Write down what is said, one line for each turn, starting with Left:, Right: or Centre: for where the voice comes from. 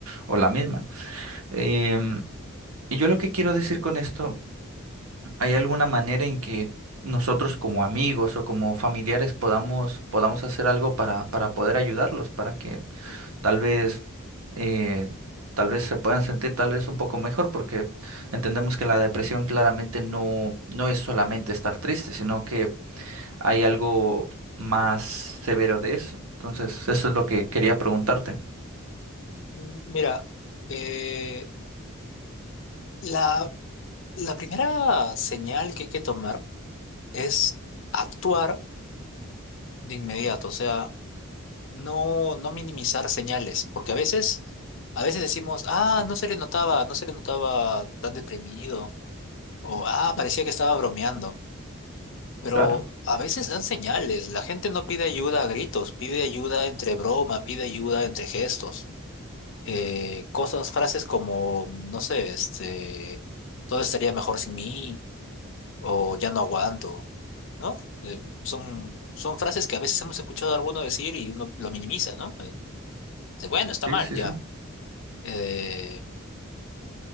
Right: o la misma. Em, y yo lo que quiero decir con esto, ¿hay alguna manera en que nosotros como amigos o como familiares podamos, podamos hacer algo para, para poder ayudarlos, para que tal vez, eh, tal vez se puedan sentir tal vez un poco mejor? Porque entendemos que la depresión claramente no, no es solamente estar triste, sino que hay algo más severo de eso. Entonces, eso es lo que quería preguntarte.
Left: M- Mira, eh, la, la primera señal que hay que tomar es actuar de inmediato, o sea, no, no minimizar señales, porque a veces, a veces decimos, ah, no se le notaba, no se le notaba tan deprimido, o ah, parecía que estaba bromeando. Pero
Right: Claro,
Left: a veces dan señales. La gente no pide ayuda a gritos, pide ayuda entre broma, pide ayuda entre gestos. Eh, cosas, frases como, no sé, este, todo estaría mejor sin mí o ya no aguanto, ¿no? Eh, son, son frases que a veces hemos escuchado a alguno decir y uno lo minimiza, ¿no? Eh, dice, bueno, está
Right: sí,
Left: mal,
Right: sí,
Left: ya.
Right: sí.
Left: Eh,